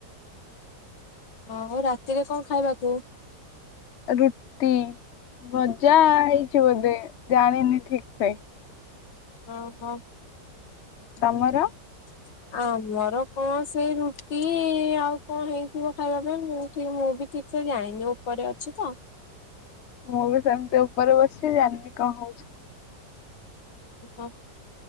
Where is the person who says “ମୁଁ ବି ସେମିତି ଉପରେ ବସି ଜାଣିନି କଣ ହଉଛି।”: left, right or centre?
Left